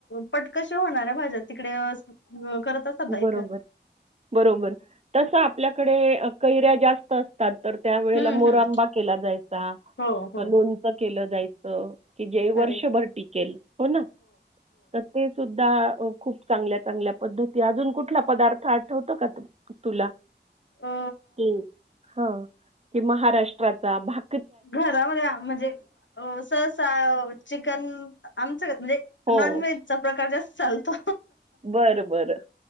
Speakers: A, on the left; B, on the right.
A: पटकशी होणाऱ्या भाज्या तिकडे करत- बायका
B: बरोबर. बरोबर. तस आपल्याकडे कैऱ्या जास्त अस- -तात. तर त्या वेळेला
A: हम्म
B: मोरंबा
A: हम्म
B: केला जायचा.
A: हो हो
B: लोणचं केलं जायच. की जे वर्षभर
A: खरे
B: टिकेल हो ना तर ते सुद्धा खूप चांगल्या चांगल्या पद्धती अजून कुठला पदार्थ आठवतो का तुम तुला
A: अ
B: हम ह ते महाराष्ट्राचा भा
A: घरामध्ये म्हणजे ससा चिकन आमचं म्हणजे,
B: हो.
A: नॉन वहेजचा प्रकार जास्त चालतो.
B: बरं, बरं.